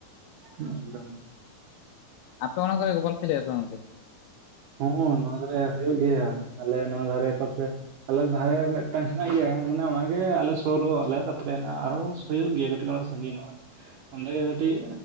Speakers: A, on the right; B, on the left.
A: ᱮᱠᱫᱚᱢ
B: ᱟᱯᱮ ᱚᱱᱟ ᱠᱚᱨᱮ ᱵᱚᱞ ᱠᱷᱮᱞ ᱦᱩᱭᱩᱜᱼᱟ ᱥᱮ ᱵᱟᱝ ᱜᱚᱝᱠᱮ?
A: ᱦᱩᱸ, ᱱᱚᱣᱟ ᱫᱷᱟᱨᱮ ᱦᱩᱭᱩᱜ ᱜᱮᱭᱟ ᱟᱞᱮ ᱱᱚᱣᱟ ᱫᱷᱟᱨᱮ ᱯᱟᱥᱮ᱾ ᱟᱞᱮ ᱫᱷᱟᱨᱮ ᱢᱤᱫᱴᱟᱝ ᱦᱮᱱᱟᱜ ᱜᱮᱭᱟ ᱢᱟᱱᱮ ᱚᱱᱟ ᱜᱮ ᱟᱞᱮ ᱥᱩᱨᱚᱜ ᱟᱞᱮ ᱛᱟᱨᱯᱚᱨᱮ ᱦᱮᱱᱟᱜ ᱟᱨᱚ ᱦᱩᱭᱩᱜ ᱜᱮᱭᱟ ᱠᱟᱹᱴᱤᱡ ᱜᱟᱱ ᱥᱟᱺᱜᱧᱚᱜᱼᱟ᱾ ᱚᱸᱰᱮ ᱜᱮ ᱠᱟᱹᱴᱤᱡ